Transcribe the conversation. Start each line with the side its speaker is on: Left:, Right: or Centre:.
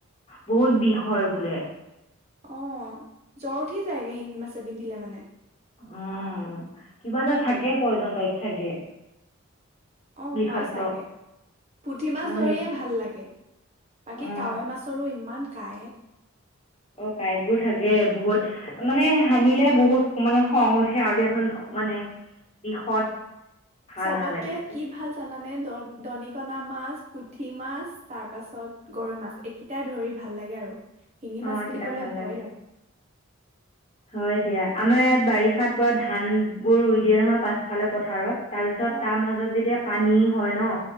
Left: বহুত বিষ হয় বোলে <inaudible>
Right: অ জ্বৰ উঠি যায়গে শিঙি মাছে পিন্ধিলে মানে
Left: অ কিবা এটা থাকে প্ৰয়জন টাইক চাগে <inaudible>
Right: অ
Left: বিষাক্ত
Right: হয় চাগে পুঠি মাছ
Left: অ
Right: ধৰিয়ে
Left: সেই
Right: ভাল লাগে বাকী
Left: অ
Right: কাৱৈ মাছৰো ইমান কায়ত
Left: অ কাঁটইটবোৰ থাকে বহুত মানে সানিলে বহুত মানে খং উঠে আৰু দিয়াচোন মানে বিষত ভাল
Right: চবতকে
Left: নালাগে
Right: কি ভাল জানানে দ দনিক না মাছ পুঠি মাছ তাৰ পাছত গৰৈ মাছ এইকেইটাই ধৰি ভাল লাগে আৰু শিঙি
Left: অ
Right: মাছ বুলি
Left: কেইটা
Right: ক'লে
Left: ভাল
Right: ভয়
Left: লাগে হয় দিয়া আমাৰ ইয়াত বাৰিষাত পৰা ধানবোৰ ৰুই দিয়ে নহয় পাছফালে পথাৰত তাৰ পিছত
Right: অ
Left: তাৰ মাজত যেতিয়া পানী হয় ন